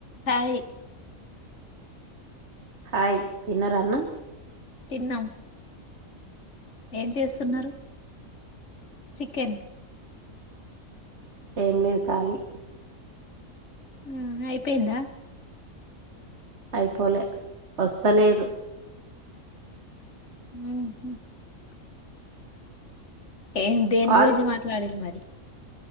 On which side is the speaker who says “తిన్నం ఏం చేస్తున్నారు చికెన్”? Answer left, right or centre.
Left